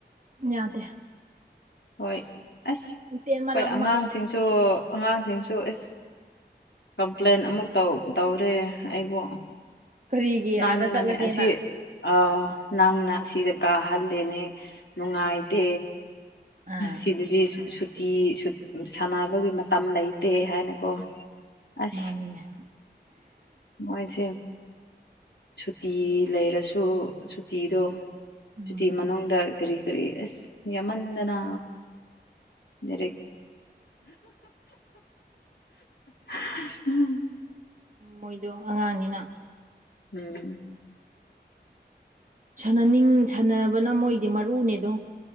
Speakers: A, on the right; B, on the left.
A: ꯌꯥꯗꯦ
B: ꯍꯣꯏ ꯑꯁ
A: ꯇꯦꯟꯃꯟ
B: ꯍꯣꯏ
A: ꯂꯥꯡꯃꯟꯗꯅ
B: ꯑꯉꯥꯡꯁꯤꯡꯁꯨ ꯑꯉꯥꯡꯁꯤꯡꯁꯨ ꯑꯁ ꯀꯝꯄ꯭ꯂꯦꯟ ꯑꯃꯨꯛ ꯇꯧ ꯇꯧꯔꯦ ꯑꯩꯕꯨ
A: ꯀꯔꯤꯒꯤ ꯑꯥꯗ
B: ꯅꯪꯅꯅꯦ
A: ꯆꯠꯂꯁꯦꯅ
B: ꯑꯁꯤ ꯑꯥ ꯅꯪꯅ ꯁꯤꯗ ꯀꯥꯍꯜꯂꯦꯅꯦ ꯅꯨꯡꯉꯥꯏꯇꯦ
A: ꯑꯥ
B: ꯁꯤꯗꯗꯤ ꯁꯨꯇꯤ ꯁꯥꯟꯅꯕꯒꯤ ꯃꯇꯝ ꯂꯩꯇꯦ ꯍꯥꯏꯅꯀꯣ ꯑꯁ
A: ꯃꯥꯅꯤꯅꯦ <unintelligible>
B: ꯃꯣꯏꯁꯦ ꯁꯨꯇꯤ ꯂꯩꯔꯁꯨ ꯁꯨꯇꯤꯗꯣ
A: ꯎꯝ
B: ꯁꯨꯇꯤ ꯃꯅꯨꯡꯗ ꯀꯔꯤ ꯀꯔꯤ ꯑꯦꯁ ꯌꯃꯟꯗꯅꯥ ꯂꯩꯔꯤꯛ <unintelligible>
A: ꯃꯣꯏꯗꯣ ꯑꯉꯥꯡꯅꯤꯅ
B: ꯎꯝ
A: ꯁꯥꯟꯅꯅꯤꯡ ꯁꯥꯟꯅꯕꯅ ꯃꯣꯏꯗꯤ ꯃꯔꯨꯅꯦꯗꯣ